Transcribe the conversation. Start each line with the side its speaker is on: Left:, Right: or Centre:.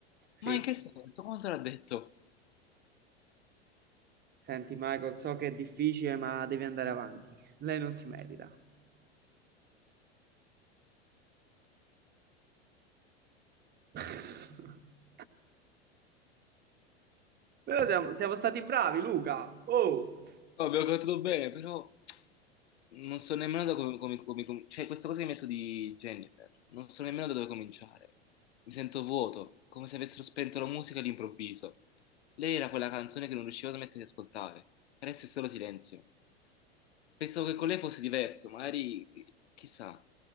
Right: Sì,
Left: Ma in che senso? Quanto l'ha detto?
Right: Senti, Michael, so che è difficile, ma devi andare avanti. Lei non ti merita. <laughs> Però siamo, siamo stati bravi, Luca. Oh!
Left: No, abbiamo cantato bene, però non so nemmeno da come, come, come- com- cioè questa cosa che metto di Jennifer, non so nemmeno da dove cominciare. Mi sento vuoto, come se avessero spento la musica all'improvviso. Lei era quella canzone che non riuscivo a smettere di ascoltare. Adesso è solo silenzio. Pensavo che con lei fosse diverso, magari chissà